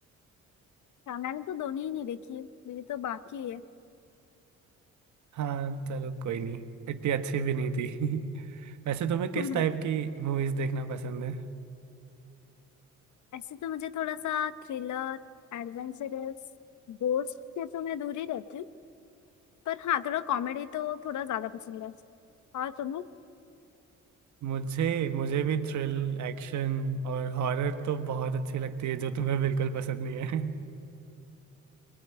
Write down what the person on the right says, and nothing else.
हाँ चलो कोई नहीं इतनी अच्छी भी नहीं थी <laughs> वैसे तुम्हें किस
टाइप की मूवीज देखना पसंद है
मुझे मुझे भी थ्रिल एक्शन और हॉरर तो बहुत अच्छी लगती है जो तुम्हें बिल्कुल पसंद नहीं है <laughs>